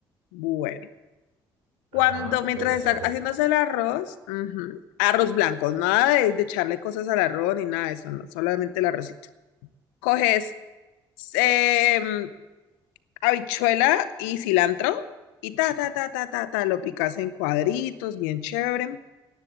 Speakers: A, on the left (about 80°); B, on the right (about 80°).
A: Bueno,
B: ajá,
A: cuando mientras
B: qué buena estrategia.
A: está haciéndose el arroz, ujú, arroz blanco, nada de, de echarle cosas al arroz ni nada de eso, no, solamente el arrocito. Coges em, habichuela y cilantro y ta, ta, ta, ta, ta, ta, lo picas en cuadritos, bien chévere.